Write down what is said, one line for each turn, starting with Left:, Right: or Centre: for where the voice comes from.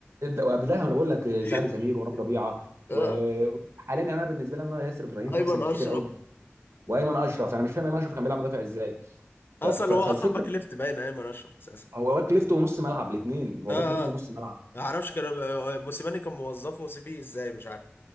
Right: وقبلها انا بقول لك
Left: <laughs>
Right: سعد سمير ورام ربيعه
Left: آه،
Right: وحاليا انا بالنسبه لي ان أنا ياسر ابراهيم
Left: ايمن
Right: احسن كتير
Left: اشرف
Right: قوي من وايمن اشرف انا مش فاهم ايمن اشرف كان بيلعب مدافع ازاي ف...
Left: اصلا
Right: ف... فالفكره
Left: هو اصلا باك ليفت باين آه، ايمن اشرف اساسا
Right: هو باك ليفت ونص ملعب الاثنين هو
Left: اه
Right: باك ليفت
Left: اه
Right: ونص ملعب
Left: ما اعرفش كان آه، موسيماني كان موظفه وسيبيه ازاي مش عارف